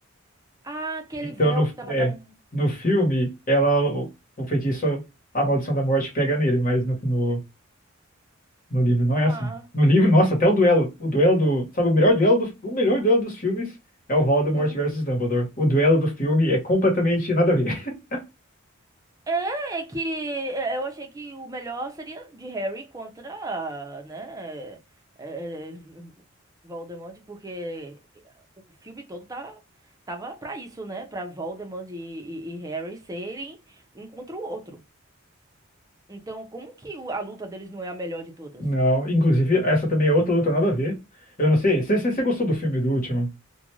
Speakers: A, on the right; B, on the left.
A: Ah, aquele
B: Então,
A: véu
B: no,
A: que tava
B: é,
A: para.
B: no filme, ela, o, o feitiço, a maldição da morte pega nele, mas no, no, No livro não
A: Ah.
B: é assim. No livro, nossa, até o duelo. O duelo do. Sabe, o melhor duelo do, o melhor duelo dos filmes é o Voldemort
A: hum.
B: versus Dumbledore. O duelo do filme é completamente nada a ver. <laughs>
A: É é que é, eu achei que o melhor seria de Harry contra, né, é, é, é, Voldemort, porque o filme todo tá, tava pra isso, né, pra Voldemort e, e- e Harry serem um contra o outro. Então, como que o- a luta deles não é a melhor de todas?
B: Não, inclusive, essa também é outra luta nada a ver. Eu não sei. Você você- você gostou do filme do último?